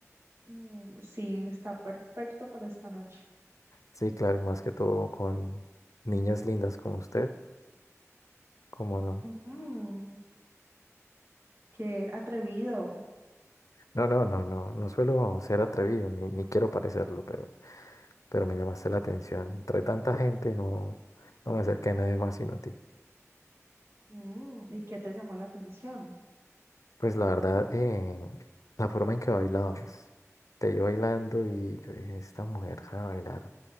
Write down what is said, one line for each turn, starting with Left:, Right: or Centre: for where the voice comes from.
Right: Mm, sí, está perfecto para esta noche.
Left: Sí, claro, y más que todo con niñas lindas como usted. ¿Cómo no?
Right: Mm, qué atrevido.
Left: No, no, no, no. No suelo ser atrevido, ni, ni quiero parecerlo, pero, pero me llamaste la atención. Entre tanta gente, no, no me acerqué a nadie más sino a ti.
Right: Mm, ¿y qué te llamó la atención?
Left: Pues la verdad, eh, la forma en que bailabas, te vi bailando y yo dije, esta mujer sabe bailar,